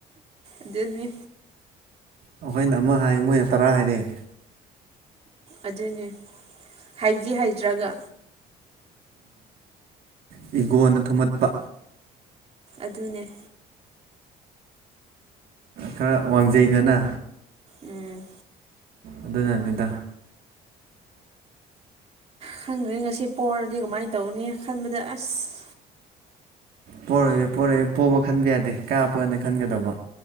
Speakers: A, on the right; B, on the right.
A: ꯑꯗꯨꯅꯤ
B: ꯑꯩꯈꯣꯏꯅ ꯑꯃ ꯍꯥꯏ ꯃꯣꯏꯅ ꯇꯔꯥ ꯍꯥꯏꯔꯛꯑꯦ
A: ꯑꯗꯨꯅꯦ ꯍꯩꯗꯤ ꯍꯩꯗ꯭ꯔꯒ
B: ꯎ ꯏꯒꯣꯅ ꯊꯨꯝꯍꯠꯄ
A: ꯑꯗꯨꯅꯦ
B: ꯈꯔ ꯋꯥꯡꯖꯩꯗꯅ
A: ꯎꯝ
B: ꯑꯗꯨꯅꯅꯤꯗ
A: ꯈꯪꯗ꯭ꯔꯦ ꯉꯁꯤ ꯄꯔꯗꯤ ꯀꯃꯥꯏꯅ ꯇꯧꯅꯤ ꯈꯟꯕꯗ ꯑꯁ
B: ꯄꯣꯔꯛꯑꯦ ꯄꯣꯔꯛꯑꯦ ꯄꯣꯕ ꯈꯟꯕ ꯌꯥꯗꯦ ꯀꯥꯞꯄꯅ ꯈꯟꯒꯗꯧꯕ